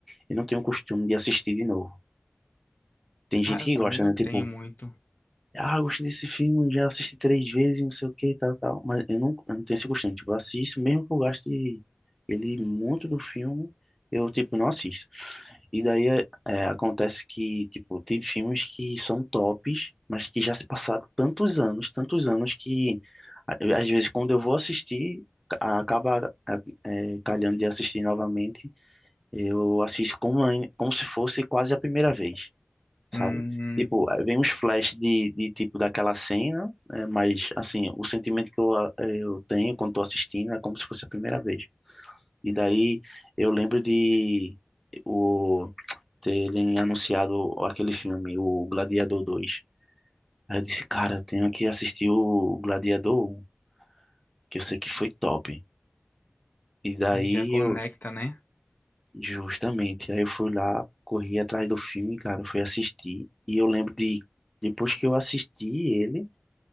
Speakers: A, in the centre; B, on the left.
A: eu não tenho um costume de assistir de novo. Tem gente
B: Ah, eu
A: que
B: também
A: gosta,
B: não
A: né?
B: tenho
A: Tipo,
B: muito.
A: ah, eu gostei desse filme, já assisti três vezes, não sei o que, tal, tal. Mas eu não, eu não tenho esse costume. Tipo, eu assisto, mesmo que eu goste ele muito do filme, eu, tipo, não assisto. E daí é, é, acontece que, tipo, tem filmes que são tops, mas que já se passaram tantos anos, tantos anos que a- às vezes quando eu vou assistir, ca- acaba a- é, calhando de assistir novamente, eu assisto como, ai- como se fosse quase a primeira vez, sabe?
B: Hum,
A: Tipo, é, vem uns flash de, de tipo daquela cena, é, mas assim, o sentimento que eu, a- eu tenho quando tô assistindo é como se fosse a primeira vez. E daí eu lembro de o terem anunciado aquele filme, o Gladiador dois Aí eu disse, cara, eu tenho que assistir o Gladiador 1, que eu sei que foi top. E daí
B: ah, já conecta,
A: eu,
B: né?
A: justamente, aí eu fui lá, corri atrás do filme, cara, fui assistir. E eu lembro de, depois que eu assisti ele,